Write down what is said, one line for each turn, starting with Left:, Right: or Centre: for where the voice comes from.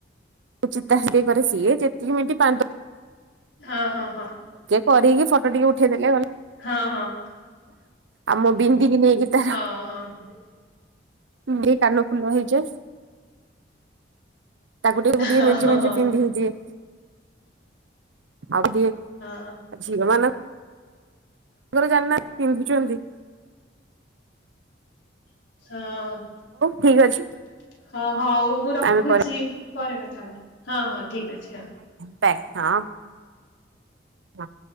Right: ଚିତା ହଏ କରେ। ସିଏ ଯେତିକି ମିଣ୍ଟି ପାନ୍ଦ
Left: ହଁ ହଁ ହଁ।
Right: କରିକି ଫଟୋ ଟିକେ ଉଠେଇ ଦେଲେ ଗଲା।
Left: ହଁ ହଁ।
Right: ଆମ ବିନ୍ଦିକି ନେଇକି ତାର
Left: ହଁ ହଁ
Right: ମୁଁ କାନ ଫୁଲ ହେଇଯାଏ। ତାକୁ ଟିକେ ଟିକେ
Left: ହଁ
Right: ମେଞ୍ଚେ
Left: ହଁ
Right: ମେଞ୍ଚେ
Left: ହଁ
Right: ପିନ୍ଧେଇ ଦିଏ। ଆଉ ଟି
Left: ହଁ।
Right: ଝିଅ ମାନ ଘରେ ଜାନ <inaudible> ପିନ୍ଧି ଛନ୍ତି
Left: ହଁ।
Right: ଠିକ୍ ଅଛି।
Left: ହଁ। ହଉ ମୁଁ ରଖୁଛି,
Right: ଆମେ ପରେ
Left: ପରେ କ <unintelligible> ହଁ, ହଁ। ଠିକ ଅଛି, ହଁ।
Right: ତାଏ, ହଁ। ନା।